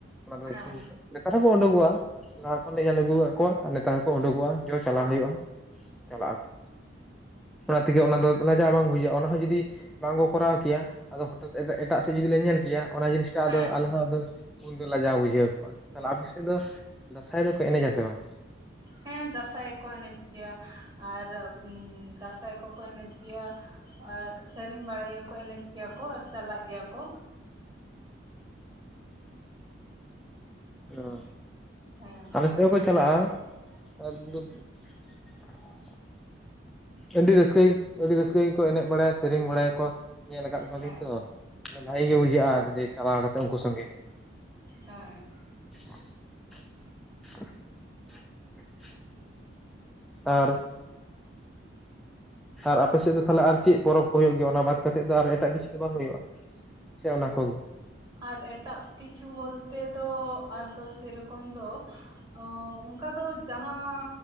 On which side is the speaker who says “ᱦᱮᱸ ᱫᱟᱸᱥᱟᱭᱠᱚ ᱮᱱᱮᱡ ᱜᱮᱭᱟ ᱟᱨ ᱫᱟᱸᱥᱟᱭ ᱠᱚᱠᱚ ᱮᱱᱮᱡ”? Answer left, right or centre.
Right